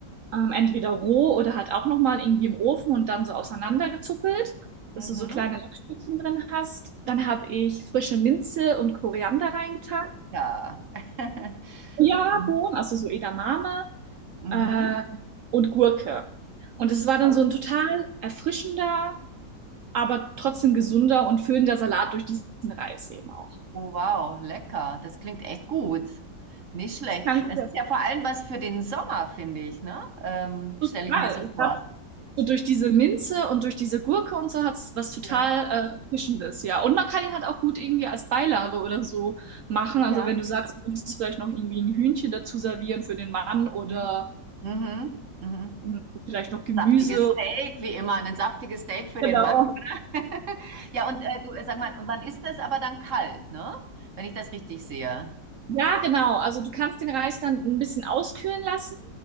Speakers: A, on the right (about 80°); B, on the right (about 50°).
A: Ähm, entweder roh oder halt auch nochmal irgendwie im Ofen und dann so auseinandergezuppelt,
B: Mhm.
A: dass du so kleine Lachsstückchen drin hast. Dann habe ich frische Minze und Koriander reingetan.
B: Lecker. <laughs>
A: Ja,
B: Mhm.
A: Bohnen, also so Edamame
B: Mhm.
A: äh, und Gurke. Und es war dann
B: Oh,
A: so ein total erfrischender, aber trotzdem gesunder und füllender Salat durch diesen Reis eben auch.
B: wow, lecker. Das klingt echt gut. Nicht schlecht.
A: Das kann ich
B: Das
A: sehr
B: ist ja vor allem was für den Sommer, finde ich, ne? Ähm, stelle
A: total.
B: ich mir so
A: Ich
B: vor.
A: glaube, so durch diese Minze und durch diese Gurke und so hat es was total
B: Ja,
A: äh, Frischendes, ja. Und man kann ihn halt auch gut irgendwie als Beilage oder so machen. Also
B: ja.
A: wenn du sagst, du möchtest vielleicht noch irgendwie ein Hühnchen dazu servieren für den Mann oder
B: Mhm. Mhm. Mhm.
A: mh, vielleicht noch Gemüse.
B: Saftiges Steak, wie immer. Ein saftiges Steak für
A: Genau.
B: den <laughs> Ja, und äh, du, äh, sag mal, und wann ist das aber dann kalt, ne? Wenn ich das richtig sehe.
A: Ja, genau. Also du kannst den Reis dann ein bisschen auskühlen lassen